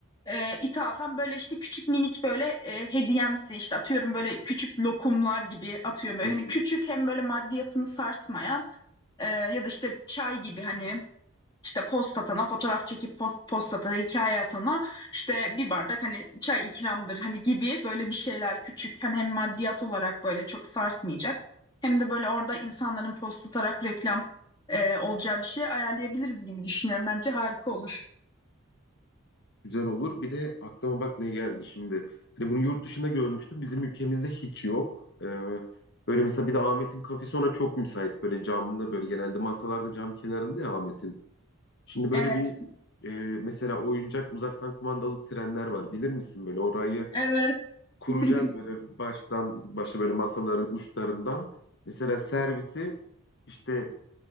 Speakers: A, on the left; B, on the left.
A: e, ithafen böyle işte küçük minik böyle e, hediyemsi işte atıyorum böyle küçük lokumlar gibi atıyorum. Böyle
B: Hı hı.
A: hani küçük hem böyle maddiyatını sarsmayan e, ya da işte çay gibi hani işte post atana fotoğraf çekip post, post atana hikaye atana işte bir bardak hani çay ikramdır hani gibi böyle bir şeyler küçük hani hem maddiyat olarak böyle çok sarsmayacak hem de böyle orada insanların post atarak reklam e, olacağı bir şey ayarlayabiliriz gibi düşünüyorum bence harika olur.
B: Güzel olur. Bir de aklıma bak ne geldi şimdi. Hani bunu yurt dışında görmüştüm. Bizim ülkemizde hiç yok. Ee, böyle mesela bir de Ahmet'in kafesi ona çok müsait. Böyle camlı böyle genelde masalarda cam kenarında ya Ahmet'in. Şimdi böyle
A: Evet.
B: bir e, mesela oyuncak uzaktan kumandalı trenler var. Bilir misin böyle orayı
A: Evet.
B: kuracağız
A: <laughs>
B: böyle baştan başa böyle masaların uçlarından. Mesela servisi işte